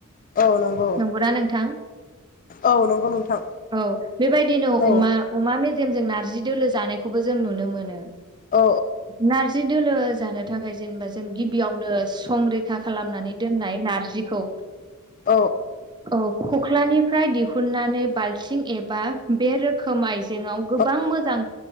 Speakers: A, on the left (about 40°); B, on the right (about 20°).
A: औ नंगौ
B: नंगौना नोंथां
A: औ नंगौ नोंथां
B: औ बेबादिनो
A: औ
B: अमा अमा मेज जेम जों नारजि दोलो जानायखौबो जों नुनो मोनो
A: औ
B: नारजि दोलो जानो थाखाय जेनेबा जों गिबियावनो संरैखा खालामनानै दोननाय नारजिखौ
A: औ
B: <inaudible> औ खख्लानिफ्राय दिहुननानै बाल्थिं एब बा बे रोखोम आइजेंआव
A: औ
B: गोबां मोजां